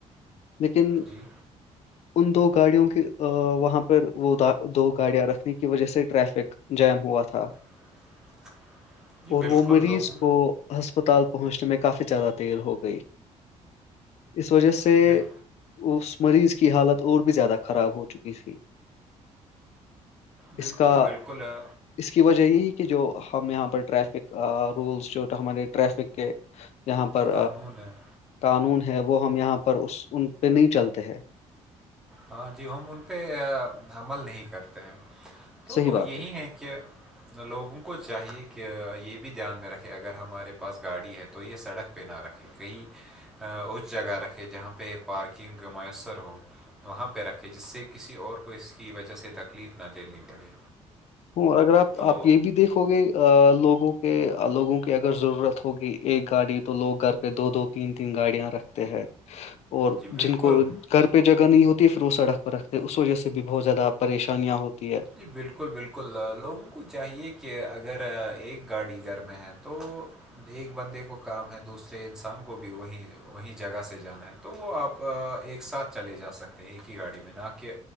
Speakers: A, on the left; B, in the centre.
A: لیکن
B: جی
A: ان دو گاڑیوں کی وہاں پر وہ دو گاڑیاں رکھنے کی وجہ سے ٹریفک جم ہوا تھا
B: <unintelligible> جی
A: اور
B: بالکل
A: وہ مریض
B: لوگوں
A: کو ہسپتال پہنچنے میں کافی زیادہ دیر ہو گئی اس وجہ سے
B: جی بال
A: اس مریض کی حالت اور بھی زیادہ خراب ہو چکی تھی
B: بالکل
A: اس کا
B: بالکل آ،
A: اس کی وجہ یہی کہ جو ہم یہاں پر ٹریفک رولس جو ہمارے ٹریفک کے یہاں پر
B: قانون ہے
A: قانون ہے وہ ہم یہاں پر ان پہ نہیں چلتے ہیں
B: ہاں جی ہم ان پہ عمل نہیں کرتے ہیں تو
A: صحیح بات
B: یہی ہے کہ لوگوں کو چاہیے کہ یہ بھی دھیان میں رکھے اگر ہمارے پاس گاڑی ہے تو تو یہ سڑک پہ نہ رکھے کہیں اس جگہ رکھے جہاں پہ پارکنگ میسر ہو وہاں پہ رکھے جس سے کسی اور کو اس کی وجہ سے تکلیف نہ دیننی پڑے
A: ہوں اور اگر آپ
B: تو
A: آپ یہ بھی دیکھو گے لوگوں کے لوگوں کی اگر ضرورت ہوگی ایک گاڑی تو لوگ گھر پہ دو دو تین تین گاڑیاں رکھتے ہیں اور
B: جی بالکل
A: جن کو گھر پہ جگہ نہیں ہوتی ہے پھر وہ سڑک پہ رکھتے اس وجہ سے بھی بہت زیادہ پریشانیاں ہوتی ہے
B: جی بالکل بالکل لوگوں کو چاہیے کہ اگر ایک گاڑی گھر میں تو ایک بندے کو کام ہے دوسرے انسان کو بھی وہیں وہیں جگہ سے جانا ہے تو وہ آپ ایک ساتھ چلے جا سکتے ہیں ایک ہی گاڑی میں نہ کہ